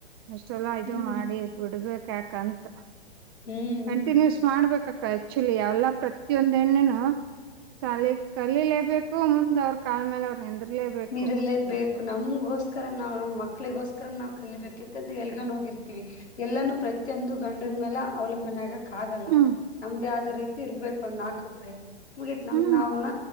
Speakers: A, on the right; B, on the left.
A: ಎಷ್ಟೆಲ್ಲಾ ಇದು
B: ಹ್ಮ್
A: ಮಾಡಿ ಬಿಡ್ಬೇಕ ಯಾಕಂತ
B: ಹ್ಮ್
A: ಕಂಟಿನ್ಯೂಸ್
B: ಹ್ಮ್
A: ಮಾಡ್ಬೇಕ ಆಕ್ಚುಲಿ ಯಾವಲ್ಲಾ ಪ್ರತಿಯೊಂದ್ ಎಣ್ಣೇನು ಸಾಲಿ ಕಲಲೇಬೇಕು ಮುಂದ್ ಅವ್ರ ಕಾಲ್ ಮೇಲೆ ಅವ್ರ ನಂದ್ರಲೇಬೇಕು
B: ನೀರಲೇಬೇಕು ನಮ್ಗೋಸ್ಕರ ನಾವು ನಮ್ ಮಕ್ಳಿಗೋಸ್ಕರ ನಾವವು ಕಲಿಬೇಕಂತ ಎಲ್ಗೊಂಡ ಹೋಗಿರ್ತಿವಿ ಎಲ್ಲಾನ ಪ್ರತಿಯೊಂದು ಗಂಡಿನ ಮೇಲೆ ಅವಲಂಬನೆ ಆಗಕ್ ಆಗಲ್ಲ
A: ಹ್ಮ್
B: ನಮ್ದೇ ಆದ ರೀತಿ ಇರ್ಬೇಕು ಒಂದ್ ನಾಲ್ಕು ರೂಪಾಯಿ ಮುಗೀತ್ ನಮ್
A: ಹ್ಮ್
B: ನಾವ್ನ